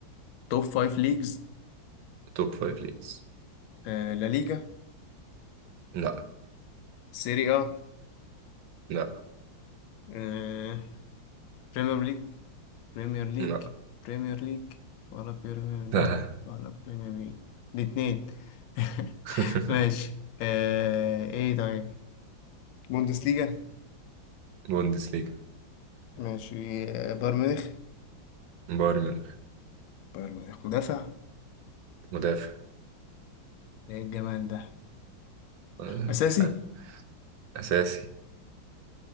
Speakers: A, on the left; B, on the right.
A: توب فايف ليجز
B: توب فايف ليجز
A: آه لا ليجا
B: لا
A: سيري اه
B: لا
A: آه، بريمير ليج بريمير ليج
B: لا
A: بريمير ليج ولا بريمير ليج
B: لا.
A: ولا بريمير ليج الاتنين <laughs>
B: <laughs>
A: ماشي آه ايه طيب بوندس ليجا
B: بوندس ليجا
A: ماشي آه بايرن ميونخ
B: بايرن ميونخ
A: بايرن ميونخ مدافع
B: مدافع
A: ده ايه الجمال ده
B: آه،
A: اساسي
B: ح- اساسي